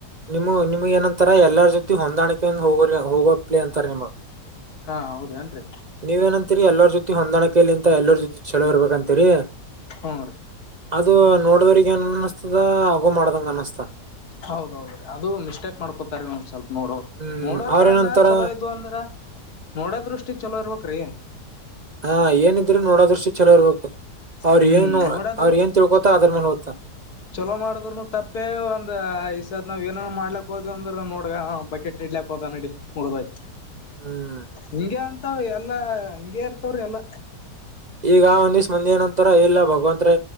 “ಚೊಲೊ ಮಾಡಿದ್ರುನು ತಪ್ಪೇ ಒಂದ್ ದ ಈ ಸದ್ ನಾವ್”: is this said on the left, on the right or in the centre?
Left